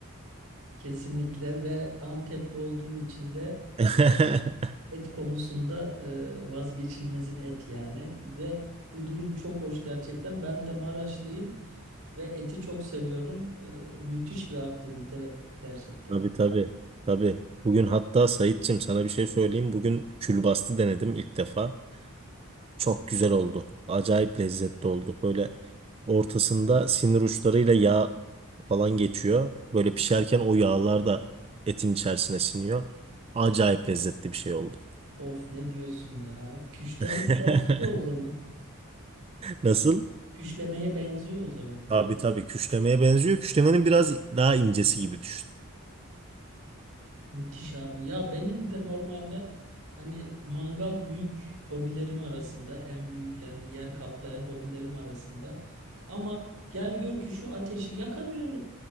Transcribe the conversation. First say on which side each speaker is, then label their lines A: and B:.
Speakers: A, on the right; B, on the right.
A: kesinlikle ve Antepli olduğun için de
B: <laughs>
A: et, et konusunda e, vazgeçilmezin et yani ve bu durum çok hoş gerçekten. Ben de Maraşlıyım ve eti çok seviyorum. E, müthiş bir aktivite gerçekten.
B: Tabii tabii. Tabii. Bugün hatta Saitçim sana bir şey söyleyeyim. Bugün külbastı denedim ilk defa. Çok güzel oldu. Acayip lezzetli oldu. Böyle ortasında sinir uçlarıyla yağ falan geçiyor. Böyle pişerken o yağlar da etin içerisine siniyor. Acayip lezzetli bir şey oldu.
A: Of ne diyorsun ya? Küşlemeye
B: <laughs>
A: benziyor o zaman.
B: Nasıl?
A: Küşlemeye benziyor o zaman.
B: Tabii tabii küşlemeye benziyor. Küşlemenin biraz daha incesi gibi düşün.
A: Müthiş abi. Ya benim de normalde hani mangal büyük hobilerim arasında en büyük yani yer kaplayan hobilerim arasında. Ama gel gör ki şu ateşi yakamıyorum.